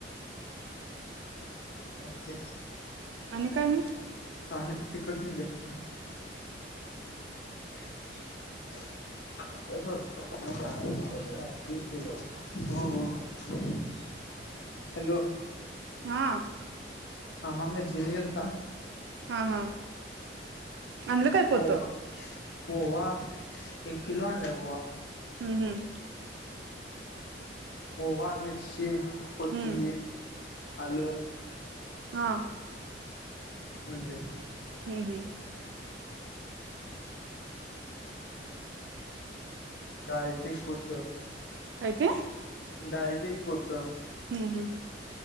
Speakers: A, on the left; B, on the right.
A: हां ते...
B: आणि काय मग......
A: का नाही तिखट नाही जास्ती.... हॅलो.. <unintelligible>
B: हां
A: मामा मिरजेला गेलता.....
B: हां हां... आणलं काय पोत?
A: ओवा ओवा... एक किलो आणला य ओवा....
B: हूं हूं
A: ओवा मिरची... कोथिंबीर,
B: हम्म
A: आल.....
B: हां...
A: अंडे....
B: हूं हूं
A: डाळीचं एक पोत....
B: काय ते.....
A: डाळीचं एक पोत.
B: हम्म, हम्म.